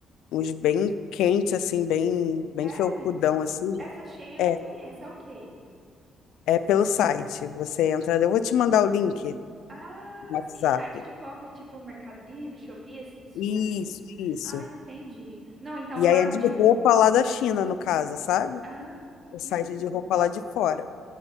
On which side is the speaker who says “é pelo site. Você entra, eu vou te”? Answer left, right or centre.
Left